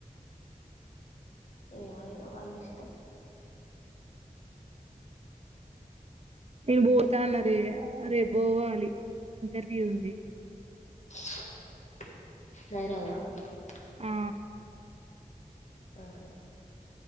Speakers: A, on the left; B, on the right.
A: ఏ అయిన వాళ్ళ ఇష్టం
B: నేను పోతా అన్నారే రేపు పోవాలి ఇంటర్వ్యూ ఉంది
A: <unintelligible>
B: ఆ
A: ఆహా